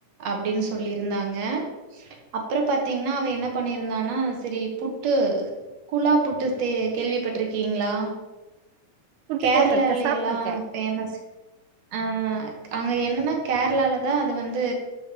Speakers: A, on the right (about 65°); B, on the right (about 75°).
A: அப்டின்னு சொல்லியிருந்தாங்க அப்புறோ பாத்தீங்கன்னா அவ என்ன பண்ணிருந்தானா செரி புட்டு குழா புட்டு கேள்விப்பட்டிருக்கீங்களா
B: புட்டு
A: கேரளால
B: கேள்விப்பட்ருக்கேன் சாப்ட்ருக்கேன்.
A: எல்லாம் ஃபேமஸ் அ அங்க என்னன்னா கேரளாலதா அது வந்து